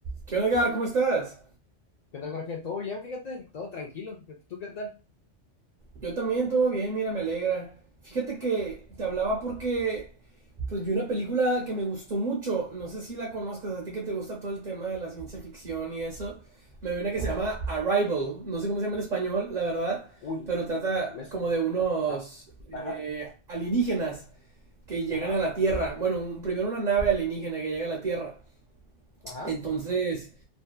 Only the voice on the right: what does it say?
¿Qué onda, Edgar? ¿Cómo estás?
Yo también, todo bien, mira, me alegra. Fíjate que te hablaba porque pues vi una película que me gustó mucho. No sé si la conozcas, a ti que te gusta todo el tema de la ciencia ficción y eso. Me vi una que
se llama Arrival. No sé cómo se llama en español, la verdad,
pero trata
como de unos
eh,
alienígenas que llegan
a la Tierra. Bueno, un- primero una nave alienígena que llega a la Tierra.
Entonces,